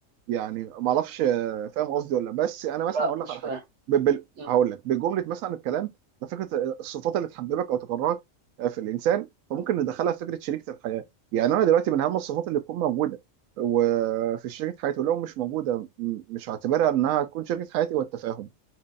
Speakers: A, on the right; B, on the right.
A: يعني ما اعرفش آه، فاهم قصدي ولا لأ. بس انا مثلا
B: لا
A: هقول
B: مش
A: لك على
B: فاهم
A: حاجه ب- بال...
B: مم.
A: هقول لك بجمله مثلا الكلام ده فكره الصفات اللي تحببك او تكرهك آه، في الانسان فممكن ندخلها في فكره شريكه الحياه يعني انا دلوقتي من اهم الصفات اللي تكون موجوده وفي شريكه حياتي ولو مش موجوده م- مش هعتبرها انها تكون شريكه حياتي والتفاهم